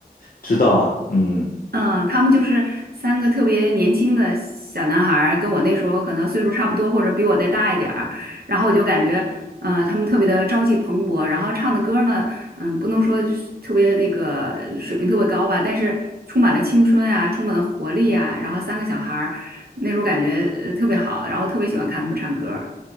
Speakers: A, on the left (about 60°); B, on the right (about 70°).
A: 知道啊，嗯
B: 嗯，他们就是三个特别年轻的小男孩儿，跟我那时候可能岁数差不多，或者比我再大一点儿。然后我就感觉，呃，他们特别的朝气蓬勃，然后唱的歌呢，嗯，不能说就是特别那个水平特别高吧，但是充满了青春啊，充满了活力啊。然后三个小孩儿，那时候感觉呃特别好，然后特别喜欢看他们唱歌。